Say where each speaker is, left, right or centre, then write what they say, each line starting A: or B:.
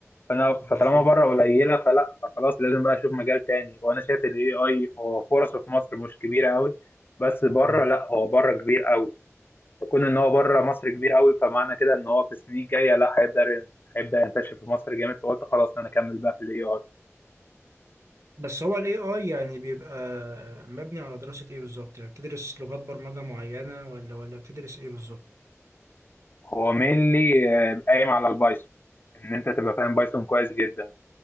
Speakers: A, on the left; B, on the right.
A: فانا
B: بالظبط
A: فطالما بره قليله فلا فخلاص لازم بقى اشوف مجال تاني وانا شايف الاي اي هو فرصه في مصر مش كبيره قوي بس بره
B: اه
A: لا هو بره كبير قوي فكون ان هو بره مصر كبير قوي فمعنى كده ان هو في السنين الجايه لا هيبدا هيبدا ينتشر في مصر جامد فقلت خلاص انا اكمل بقى في الاي اي
B: بس هو الاي اي يعني بيبقى مبني على دراسة ايه بالظبط يعني بتدرس لغات برمجة معينة ولا ولا بتدرس ايه بالظبط
A: هو مينلي قايم على البايثون ان انت تبقى فاهم بايثون كويس جدا